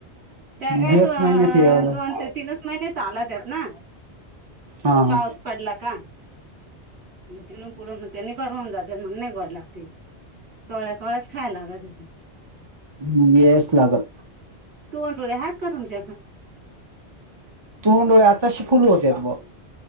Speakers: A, on the right; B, on the right.
A: त्या काय
B: ह्याच
A: दो अ
B: महिन्यात यावं लागल
A: दोन ते तीनच महिने चालतेत ना.
B: हा.
A: पाऊस
B: हा
A: पडला का? मग तिथून पुढं मग त्यां निब्बर होऊन जाते, मग नाही गोड लागत ते, कवळ्या कवळ्याच खायला लागते
B: मग यायचं लागल.
A: तोंडुळ्या आहेत का तुमच्याकडं?
B: तोंडुळ्या आताशी <unintelligible> होते बवा